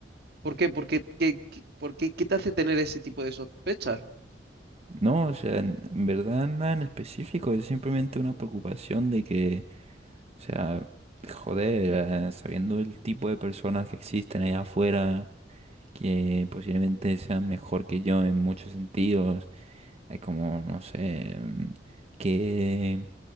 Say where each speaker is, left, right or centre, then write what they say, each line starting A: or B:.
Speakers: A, on the right; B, on the right.
A: ¿Por qué? Porque, ¿qué, qué, por qué- qué te hace tener ese tipo de sospechas?
B: No, o sea, en en verdad nada en específico, es simplemente una preocupación de que O sea, joder, eh, sabiendo el tipo de personas que existen allá afuera, que posiblemente sean mejor que yo en muchos sentidos, hay como, no sé, mm, ¿qué-